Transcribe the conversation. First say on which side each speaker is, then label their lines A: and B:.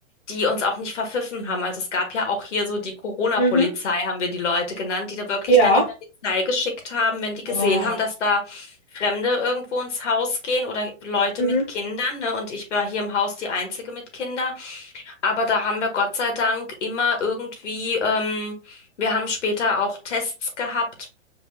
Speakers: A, on the left; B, on the left.
A: die uns auch nicht verpfiffen haben. Also es gab ja auch hier so die Corona-Polizei,
B: Mhm.
A: haben wir die Leute genannt, die da wirklich
B: Ja.
A: dann die Polizei geschickt haben, wenn die gesehen
B: Boah.
A: haben, dass da Fremde irgendwo ins Haus gehen oder Leute
B: Mhm.
A: mit Kindern, ne? Und ich war hier im Haus die Einzige mit Kindern. Aber da haben wir Gott sei Dank immer irgendwie, ähm, wir haben später auch Tests gehabt